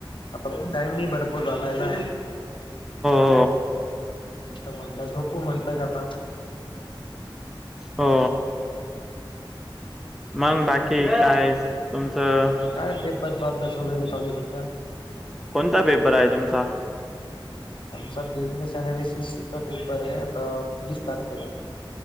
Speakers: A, on the left; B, in the centre.
A: आता टाईम ही भरपूर झालायं ना
B: हो
A: आता म्हटलं झोपू म्हटलं का आता
B: हो मंग बाकी काय तुमचं
A: काय पेपरचा अभ्यास वगैरे चालू संध्या
B: कोणता पेपर आहे तुमचा
A: आमचा बिझनेस अनालिसिसचा पेपर आहे आता वीस तारखेला